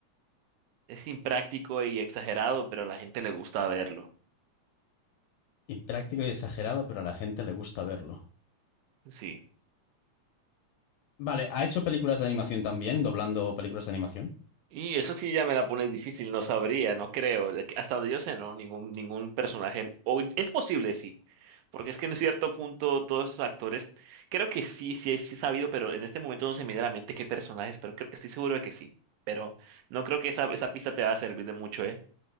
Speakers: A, on the right; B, on the left.
A: es impráctico y exagerado, pero a la gente le gusta verlo.
B: impráctico y exagerado, pero a la gente le gusta verlo.
A: Sí.
B: Vale, ¿ha hecho películas de animación también, doblando películas de animación?
A: Y eso sí ya me la pones difícil, no sabría, no creo. De que- Hasta donde yo sé, no, ningún, ningún personaje. O es posible, sí. Porque es que en cierto punto todos esos actores, creo que sí, sí, sí he sabido, pero en este momento no se me viene a la mente qué personajes, pero creo- estoy seguro de que sí. Pero no creo que esa, esa pista te va a servir de mucho, ¿eh?